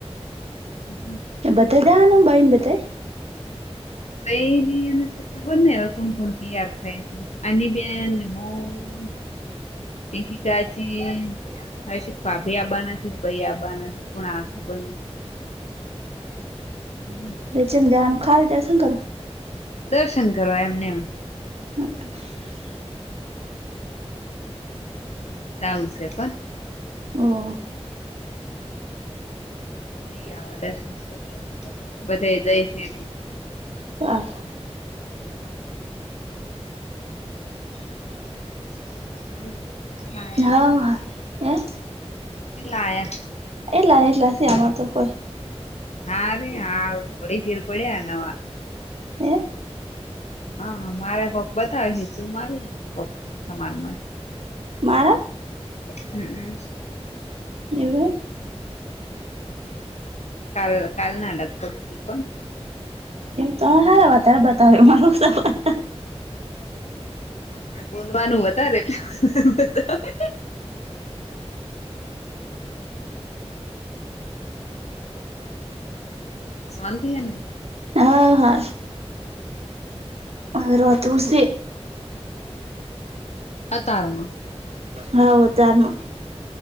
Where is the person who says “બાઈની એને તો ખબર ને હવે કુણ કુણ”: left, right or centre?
Left